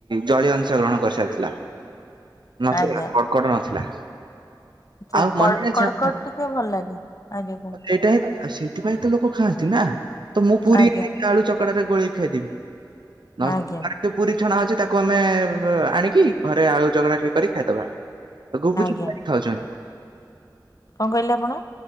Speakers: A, on the right; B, on the left.
A: ଜଳୀୟ ଅଂଶ ଗ୍ରହଣ କରିସାରିଥିଲା ନଥିଲା
B: ଆଜ୍ଞା
A: କଡ କଡ ନଥିଲା।
B: ସେଇ
A: ଆଉ ମନେ
B: କଡ଼କଡ
A: ଅଛି ଆପଣଙ୍କ
B: ଟିକେ ଭଲ ଲାଗେ ଆଗକୁ।
A: ସେଇଟା ହଁ ସେଥିପାଇଁ ତ ଲୋକ ଖାଆନ୍ତି ନା ତ ମୁଁ ପୁରୀ
B: ଆଜ୍ଞା।
A: ଆଳୁ ଚକଟାରେ ଗୋଳେଇ ଖାଇଦେବି ନେ କୁଆଡୁ
B: ଆଜ୍ଞା
A: ପୁରୀ ବିଛଣା ଅଛି ତାକୁ ଆମେ ଆଣିକି ଘରେ ଆଳୁ ଚକଡ଼ା କରି ଖାଇଦବା। ଆ ଗଗୁପଚୁ
B: ଆଜ୍ଞା
A: କରି ଖାଉଛନ୍ତି।
B: କଣ କହିଲେ ଆପଣ?